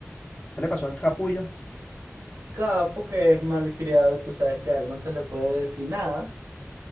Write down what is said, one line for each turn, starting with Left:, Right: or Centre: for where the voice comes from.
Left: ¿Qué le pasó al capullo?
Right: Capo que es malcriado y tú sabes que a él no se le puede decir nada.